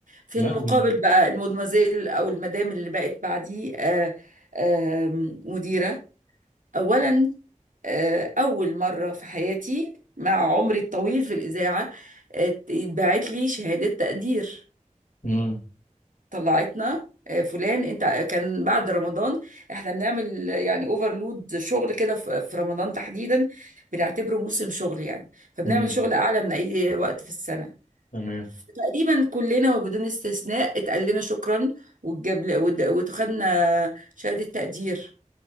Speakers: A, on the right; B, on the left.
A: في
B: لا
A: المقابل
B: ما
A: بقى المدمزيل او المدام اللي بقت بعديه آه، آه، مديرة أولا آه، أول مرة في حياتي مع عمري الطويل في الإذاعة آه، اتبعت لي شهادة تقدير
B: مم.
A: طلعتنا آه، فلان انت آه، كان بعد رمضان احنا بنعمل آه، يعني اوفرلود شغل كده في في رمضان تحديدا بنعتبره موسم شغل يعني فبنعمل
B: مم.
A: شغل اعلى من اي وقت في السنه
B: تمام
A: تقريبا كلنا وبدون استثناء اتقال لنا شكرا واتجاب وخدنا شهاده تقدير